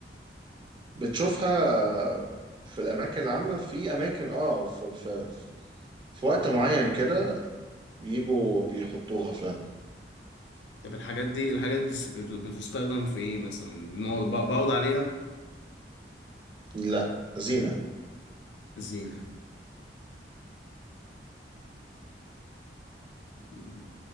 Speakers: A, on the right; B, on the left.
A: بتشوفها في الأماكن العامة في أماكن اه في, في, في وقت معين كده بيجوا بيحطوها فعلا
B: طب الحاجات دي الحاجات دي بتس- بت- بتستخدم في إيه مثلا بنقعد ب- بقعد عليها
A: لا زينة
B: زينة مم.